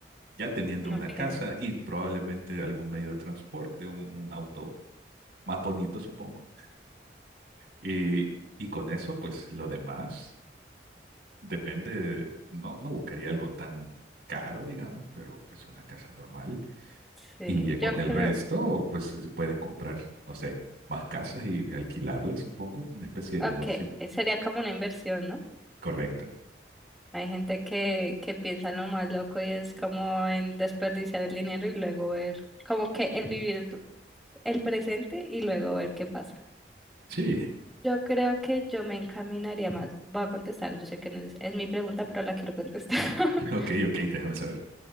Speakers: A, on the right; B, in the centre.
A: Ya teniendo
B: ok,
A: una casa y probablemente algún medio de transporte, un, un auto más bonito, supongo. Y, y con eso, pues lo demás depende, no, no buscaría algo tan caro, digamos, pero pues una casa normal.
B: sí,
A: Y eh, con
B: yo
A: el
B: creo,
A: resto, pues se pueden comprar, no sé, más casas y alquilarlas, supongo, una especie de
B: ok,
A: negocio.
B: sería como una inversión, ¿no?
A: Correcto.
B: Hay gente que, que piensa en lo más loco y es como en desperdiciar el dinero y luego ver, como que el vivir el, pr- el presente y luego ver qué pasa.
A: Sí,
B: Yo creo que yo me encaminaría más, voy a contestar, yo sé que no es, es mi pregunta, pero la quiero contestar. <laughs>
A: <laughs> ok, ok, déjame saber.